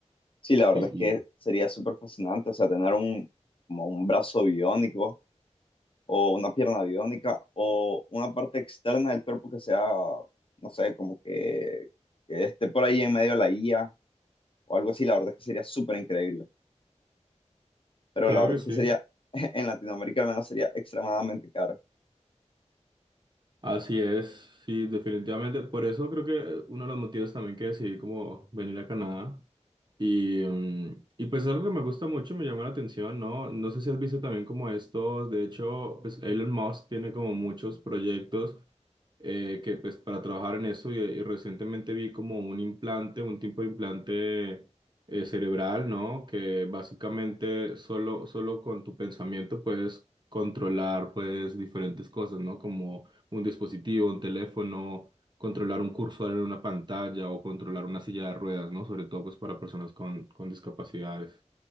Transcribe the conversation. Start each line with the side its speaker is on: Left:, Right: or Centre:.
Left: Sí, la verdad
Right: y,
Left: es que
Right: y...
Left: sería súper fascinante, o sea, tener un, como un brazo biónico o una pierna biónica o una parte externa del cuerpo que sea, no sé, como que, que esté por ahí en medio de la IA o algo así, la verdad es que sería súper increíble. Pero
Right: Claro
Left: la verdad
Right: que sí.
Left: es que sería, <laughs> en Latinoamérica al menos sería extremadamente caro.
Right: Así es, sí, definitivamente. Por eso creo que uno de los motivos también que decidí como venir a Canadá y, mm, y pues es algo que me gusta mucho, me llama la atención, ¿no? No sé si has visto también como estos, de hecho, pues Elon Musk tiene como muchos proyectos eh, que pues para trabajar en eso y, y recientemente vi como un implante, un tipo de implante eh, cerebral, ¿no? Que básicamente solo, solo con tu pensamiento puedes controlar pues diferentes cosas, ¿no? Como un dispositivo, un teléfono controlar un cursor en una pantalla o controlar una silla de ruedas, ¿no? Sobre todo pues para personas con, con discapacidades.